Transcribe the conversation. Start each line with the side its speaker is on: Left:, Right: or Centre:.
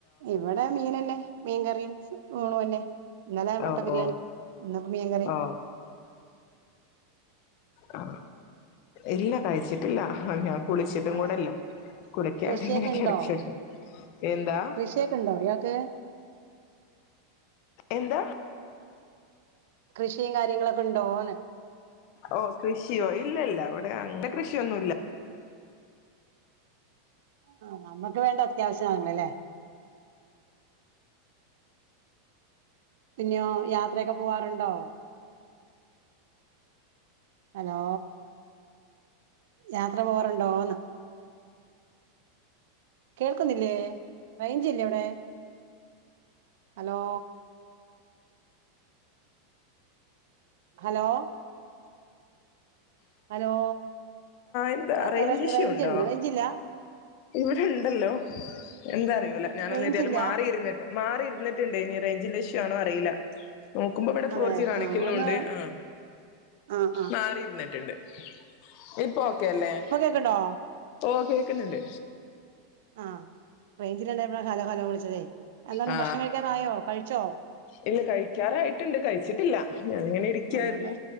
Right: ഇവിടെ മീനന്നെ മീൻകറിയും ഊണുഅന്നെ ഇന്നലെ മുട്ട
Left: ഓ
Right: ബിരിയാണി
Left: ഓ
Right: ഇന്നിപ്പ മീൻ കറി
Left: ഓ ആ ഇല്ല കഴിച്ചിട്ടില്ല ഞാൻ കുളിച്ചിട്ടും
Right: ആ
Left: കൂടെല്ല കുളിക്കാണ്ട്
Right: കൃഷിയൊക്കെ
Left: ഇങ്ങനെ കെടെക്കേണ്
Right: ഇണ്ടോ
Left: എന്താ
Right: കൃഷിയൊക്കെ ഇണ്ടോ ഇയാക്ക്
Left: എന്താ
Right: കൃഷിയും കാര്യങ്ങളൊക്കെ ഉണ്ടോന്ന്
Left: ഓ കൃഷിയോ ഇല്ലെല്ല അവി ടെ അങ്ങനെ കൃഷിയൊന്നുല്ല
Right: ആ നമ്മുക്ക് വേണ്ട അത്യാവശ്യം വാങ്ങലല്ലേ പിന്നെയോ യാത്രയൊക്കെ പോവാറുണ്ടോ ഹലോ യാത്ര പോകാറുണ്ടോന്ന് കേൾക്കുന്നില്ലേ റെയിഞ്ച് ഇല്ലേ അവിടെ ഹലോ ഹലോ ഹലോ
Left: എന്താ
Right: ആഹ് ആഹ് റെ
Left: ഇഷ്യൂ
Right: റേഞ്ച്
Left: ഉണ്ടോ
Right: ഉണ്ട് റേഞ്ചില്ല
Left: ഇവിടെ ഉണ്ടല്ലോ എന്താ അറിയൂല ഞാനൊന്നെതിയാലും
Right: റേഞ്ചില്ല
Left: മാറിയിരുന്നിട്ട് മാറിയിരുന്നിട്ടുണ്ടെ ഇനീ റേഞ്ചിന്റെ ഇഷ്യു ആണോ അറിയില്ല നോക്കുമ്പോ ഇവിടെ
Right: അതെ
Left: ഫോർജി കാണിക്കുന്നുണ്ട്
Right: ആ ഒന്ന്
Left: ആ
Right: ആ ആ
Left: മാറിരുന്നിട്ടുണ്ട് ഇപ്പോ ഓക്കെയല്ലേ
Right: ഇപ്പൊ കേക്ക്ണ്ടോ
Left: ഓ കേക്കുന്നുണ്ട്
Right: ആഹ് റെഞ്ചില്ലാണ്ടായപ്പോഴ ഹലോ ഹലോ വിളിച്ചതേ എന്താണ്
Left: ആ
Right: ഭക്ഷണം കഴിക്കാറായോ കഴിച്ചോ
Left: ഇല്ല കഴിക്കാറായിട്ടുണ്ട് കഴിച്ചിട്ടില്ല ഞാനിങ്ങനെ ഇരിക്കായിരുന്നു
Right: അതെല്ലേ